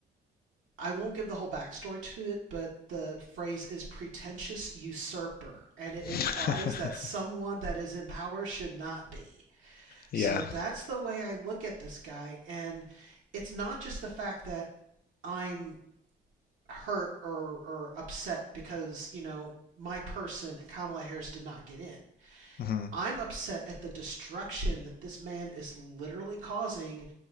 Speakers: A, on the right; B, on the left.
A: I won't give the whole backstory to it, but the phrase is pretentious usurper, and it implies
B: <laughs>
A: that someone that is in power should not be. So
B: Yeah.
A: that's the way I look at this guy. And it's not just the fact that I'm hurt or, or upset because, you know, my person, Kamala Harris, did not get in.
B: Mhm.
A: I'm upset at the destruction that this man is literally causing,